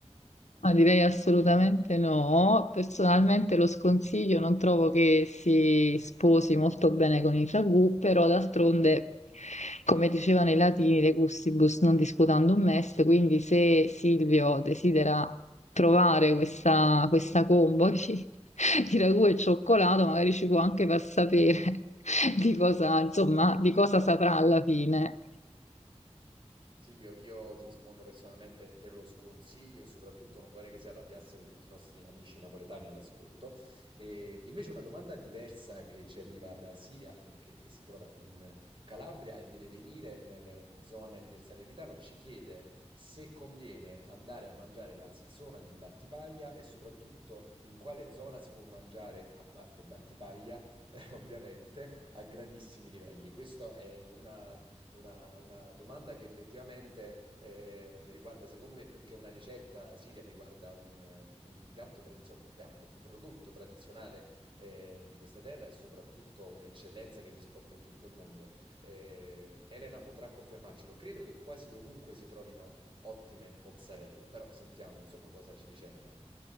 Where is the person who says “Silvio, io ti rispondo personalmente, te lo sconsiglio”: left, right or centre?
Right